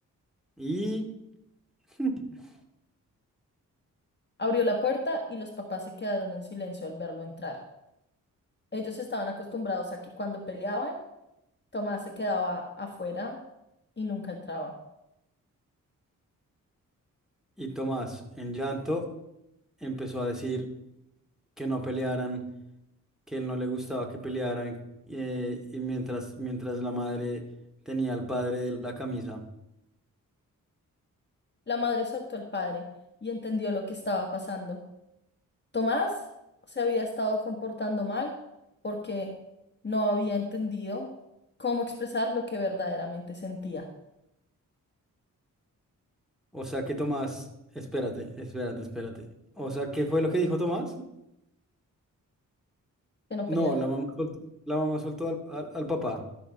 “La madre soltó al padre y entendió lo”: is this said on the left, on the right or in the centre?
Left